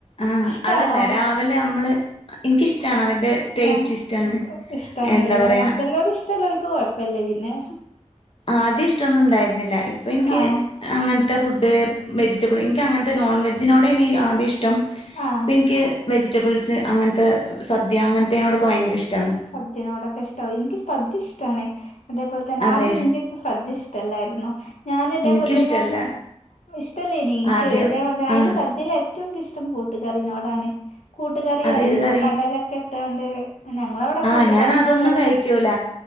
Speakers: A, on the left (about 55°); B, on the left (about 85°).
A: ആഹ്
B: ഇഷ്ടാണോ
A: അതല്ല രാവിലെ
B: ഇഷ്
A: നമ്മള് എനിക്കിഷ്ടാണ്
B: ആഹ്
A: അതിന്റെ ടേസ്റ്റ്
B: ആഹ്
A: ഇഷ്ടാണ്
B: ഇഷ്ടാണ്
A: എന്താ
B: ല്ലേ
A: പറയാ
B: ഉണക്കെൽനോട്‌ ഇഷ്ടല്ലോർക്ക് കൊഴപ്പല്ല പിന്നെ
A: ആദ്യം ഇഷ്ടൊന്നും ഉണ്ടായിരുന്നില്ല ഇപ്പൊ എനിക്ക്
B: ആഹ്
A: അങ്ങനത്തെ ഫുഡ് വെജിറ്റബിള് എനിക്കങ്ങനത്തെ നോൺ വെജിനോടെനി ആദ്യം ഇഷ് ഇഷ്ടം
B: ആഹ്
A: ഇപ്പെനിക്ക് വെജിറ്റബിൾസ് അങ്ങനത്തെ സദ്യ അങ്ങനത്തിനോടൊക്കെ ഭയങ്കര ഇഷ്ടാണ്
B: സദ്യനോടക്കെ ഇഷ്ടാവും എനിക്ക് സദ്യ ഇഷ്ടാണ് അതേപോലെ തന്നെ
A: അതെ
B: ആദ്യം നിക്ക് സദ്യ ഇഷ്ടല്ലായിരുന്നു ഞാന് ഇതേപോലെ
A: എനിക്കും
B: തന്നെ
A: ഇഷ്ടല്ല
B: ഇഷ്ടല്ലേനി നിക്ക്
A: ആദ്യം
B: ഏതെ വേണ്ടേ അയില്
A: ആഹ്
B: സദ്യേല് ഏറ്റോം ഇഷ് ഇഷ്ടം കൂട്ടുകറിനോടാണ് കൂട്ടുകറി
A: അതേത്
B: അറിയോ
A: കറി
B: കടലൊക്കെ ഇട്ടാണ്ട് ഞങ്ങളവിടെ
A: ആഹ്
B: കൂട്ടുകറിന്നാ
A: ഞാനതൊന്നും
B: പറയാ
A: കഴിക്കൂല